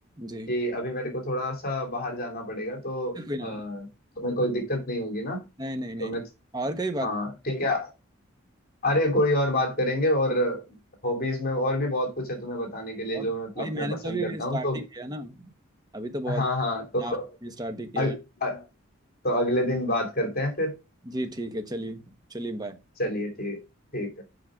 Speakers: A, on the right; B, on the left.
A: जी
B: कि अभी मेरे को थोड़ा सा बाहर जाना पड़ेगा तो
A: कोई
B: अ,
A: ना
B: तुम्हें कोई दिक्कत नहीं होगी ना
A: नहीं नहीं नहीं
B: तो मैं
A: और कई बात
B: हाँ ठीक है अरे कोई और बात करेंगे और हॉबीज में और भी बहुत कुछ है तुम्हें बताने के लिए
A: और
B: जो
A: भाई
B: मैं मतलब
A: मैंने
B: मैं पसंद
A: तो अभी
B: करता
A: स्टार्ट
B: हूँ तो
A: ही किया ना अभी तो बहुत
B: हाँ हाँ तो
A: आप स्टार्ट ही किया
B: अग,
A: है
B: अ, तो अगले दिन बात करते हैं फिर
A: जी ठीक है चलिए चलिए बाय
B: चलिए ठीक ठीक है।